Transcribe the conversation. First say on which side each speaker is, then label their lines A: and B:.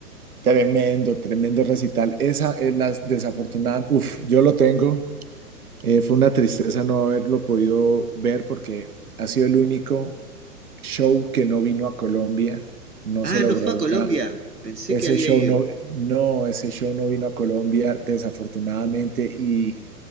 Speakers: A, on the right; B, on the right.
A: tremendo, tremendo recital. Esa es la desafortunada. Uf, yo lo tengo. Eh, fue una tristeza no haberlo podido ver porque ha sido el único show que no vino a Colombia. No
B: Ah,
A: se logró
B: no fue a
A: una.
B: Colombia. Pensé
A: Ese
B: que había
A: show
B: ido.
A: no, no, ese show no vino a Colombia, desafortunadamente. Y,